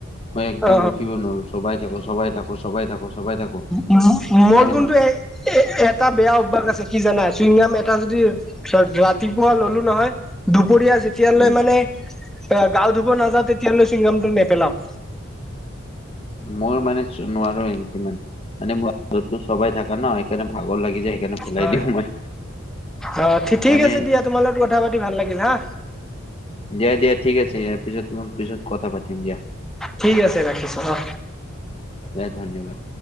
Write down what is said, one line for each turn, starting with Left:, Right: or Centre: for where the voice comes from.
Left: মই একদম
Centre: অ
Left: ৰখিব নোৱাৰো। চবাই থাকো, চবাই থাকো, চবাই থাকো। চবাই থাকো
Centre: ম-ম-মৰৰ
Left: সেইকাৰণে
Centre: গুণটো এই এ এটা বেয়া অভ্যাস আছে কি জানা চুইংগাম এটা যদি ৰাতিপুৱা ল'লো নহয় দুপৰীয়া ছে যেতিয়ালৈ
Left: উম,
Centre: মানে আ গাও ধুব নাযাওঁ তেতিয়ালৈ চুইংগামটো নেপেলাও।
Left: মই মানে নোৱাৰো ইমান। মানে মোৰতো চবাই থাকে ন সেইকাৰণে ভাগৰ লাগি যায়। সেইকাৰণে ফেলাই
Centre: হয়,
Left: দিওঁ মই
Centre: অ ঠিক
Left: মানে
Centre: আছে দিয়া। তোমাৰ লগত কথা পাতি ভাল লাগিল হা।
Left: দিয়া, দিয়া ঠিক আছে। ইয়াৰ পিছত তোমাৰ পিছত কথা পাতিম দিয়া।
Centre: ঠিক আছে ৰাখিছো অ।
Left: দিয়া ধন্যবাদ।